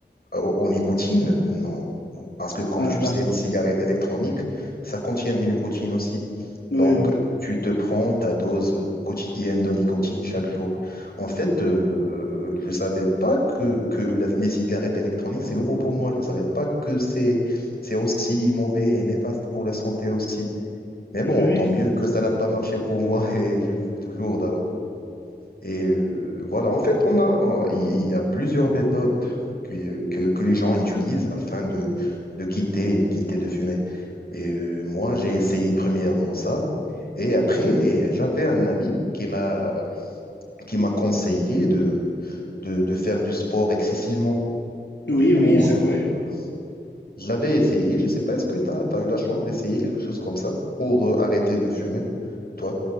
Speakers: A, on the left; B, on the left.
A: au, au nicotine, non. Non. Parce que comme
B: Ah,
A: tu
B: d'accord.
A: le sais, les cigarettes électroniques, ça contient du nicotine aussi.
B: Oui,
A: Donc,
B: oui.
A: euh, tu te prends ta dose quotidienne de nicotine chaque jour. En fait, euh, je ne savais pas que, que la- les cigarettes électroniques, c'est nouveau pour moi. Je ne savais pas que c'est, c'est aussi mauvais et néfaste pour la santé aussi. Mais bon,
B: Oui, oui.
A: tant mieux que ça n'a pas marché pour moi <laughs> et je fume toujours. Et euh, voilà, en fait, on a, on- il il y a plusieurs méthodes que, que, que les gens utilisent afin de, de quitter, quitter de fumer. Et euh, moi, j'ai essayé premièrement ça. Et après, j'avais un ami qui m'a, qui m'a conseillé de, de, de faire du sport excessivement.
B: Oui,
A: Du coup,
B: oui, c'est vrai.
A: euh, je l'avais essayé. Je sais pas, est-ce que tu as, eu la chance d'essayer quelque chose comme ça pour euh, arrêter de fumer, toi?